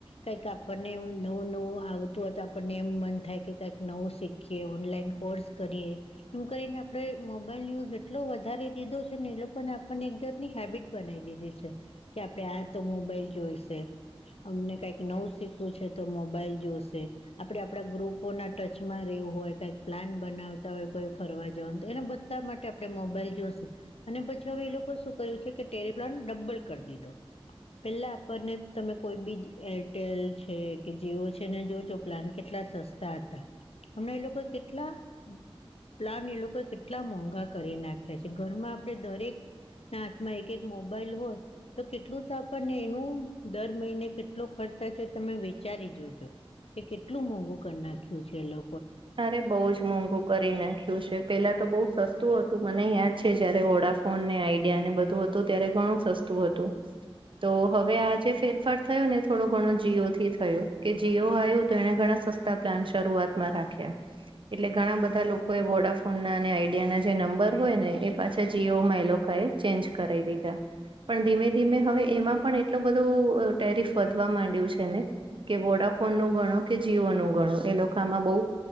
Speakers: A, on the left; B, on the right.
A: કઈક આપણને નવું નવું આવતું હો તો આપણને એમ મન થાય કે કઈક નવું શીખીએ ઓનલાઈન કોર્સ કરીએ. એમ કરીને આપડે મોબાઈલ ન્યુઝ એટલો વધારે દીધો છે ને એ લોકોને આપણને એક જાતની હેબિટ બનાવી દીધી છે કે આપડણે આ તો મોબાઈલ જોઈશે. અમને કાંઈક નવું શીખવું છે તો મોબાઈલ જોશે. આપડે આપડા ગ્રુપોના ટચમાં રહેવું હોય કઈક પ્લાન બનાવતા હોય કોઈ ફરવા જવાનું તો એને બઘ. તાર માટે આપણે મોબાઈલ જોશે અને પછી હવે એ લોકો શું કર્યું છે કે ટેરી પ્લાન્ટ ડબ્બલ કીધો. પેલા આપણને તમે કોઈ બી એરટેલ છે કે જીઓ છે ને જોજો પ્લાન કેટલા સસ્તા તા તા હમણા એ લોકો કેટલા પ્લાન એ લોકો કેટલા મોંઘા કરી નાખ્યા છે ઘરમાં આપણે દરેક ના હાથમાં એક એક મોબાઈલ હોય. તો કેટલું તો આપણને એનું દર મહિને કેટલો ખર્ચ થશે તમે વેચારી જોજો કે કેટલું મોંઘું કરી નાખ્યું છે લો
B: અરે બઉુ જ મોંઘું કરી નાખ્યું છે. પેલા તો બહુ સસ્તું હતું મને યાદ છે જયારે વોડાફોન ને આઈડિયા ને બધું હતું ત્યારે ઘણું સસ્તું હતું તો. હવે આજે ફેરફાર થયો ને થોડો ઘણો જીઓ થી થયો કે જીઓ આવ્યું તો એને ઘણા સ તા પ્લાન શરૂઆતમાં રાખ્યા. એટલે ઘણા બધા લોકો એ વોડાફોન ના અને આઈડિયા ના જે નંબર હોય ને એ પાછા જીઓમાં એલો કા એ. ચેન્જ કરાઇ દીધા. પણ ધીમે ધીમે હવે એમાં પણ એટલો બધો ટેરીફ વધવા માંડ્યું છે ને. કે વોડાફોન નું ગણો કે જીઓ નું ગણો એ લોખામાં બઉ